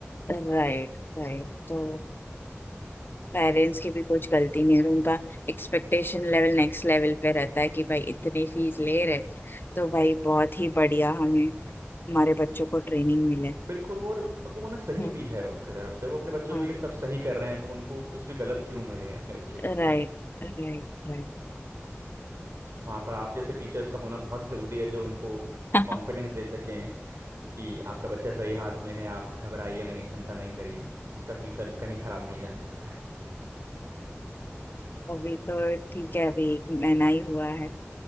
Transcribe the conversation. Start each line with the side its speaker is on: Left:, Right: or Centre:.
Left: राइट राइट तो पेरेंट्स की भी कुछ गलती नहीं है तो उनका एक्सपेक्टेशन लेवल नेक्स्ट लेवल पे रहता है कि भाई इतनी फीस ले रहे तो भाई बहुत ही बढ़िया हमें हमारे बच्चों को ट्रेनिंग मिले
Right: बिल्कुल वो और और वो होना सही
Left: हम्म,
Right: भी है उनकी तरफ से वो अपने बच्चों
Left: हाँ
Right: के लिए सब सही कर रहे हैं तो उनको कुछ भी गलत क्यों मिले अपने बच्चे के लिए
Left: राइट राइट राइट
Right: वहाँ पर आप जैसे टीचर्स का होना बहुत ज़रूरी है जो उनको
Left: <laughs>
Right: कॉन्फिडेंस दे सकें कि आपका बच्चा सही हाथ में है आप घबराइए नहीं चिंता नहीं करिए इसका फ्यूचर कहीं खराब नहीं जाने वाला
Left: अभी तो ठीक है अभी एक महीना ही हुआ है